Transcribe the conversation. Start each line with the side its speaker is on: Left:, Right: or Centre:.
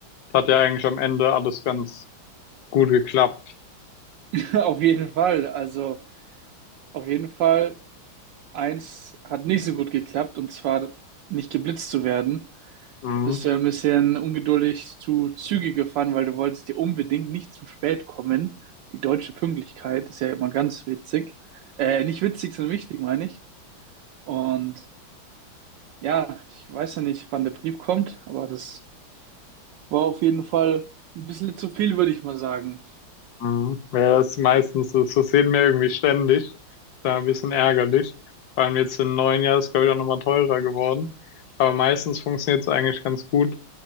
Left: es hat ja eigentlich am Ende alles ganz gut geklappt.
Right: <laughs> Auf jeden Fall. Also, auf jeden Fall, eins hat nicht so gut geklappt, und zwar nicht geblitzt zu werden.
Left: Mhm.
Right: Da bist du ja ein bisschen ungeduldig zu Züge gefahren, weil du wolltest dir unbedingt nicht zu spät kommen. Die deutsche Pünktlichkeit ist ja immer ganz witzig. Äh, nicht witzig, sondern wichtig, meine ich. Und ja, ich weiß ja nicht, wann der Brief kommt, aber das war auf jeden Fall ein bisschen zu viel, würde ich mal sagen.
Left: Mhm. Ja, das ist meistens, das, das sehen wir irgendwie ständig. Da ein bisschen ärgerlich. Vor allem jetzt im neuen Jahr ist, glaube ich, auch nochmal teurer geworden. Aber meistens funktioniert es eigentlich ganz gut.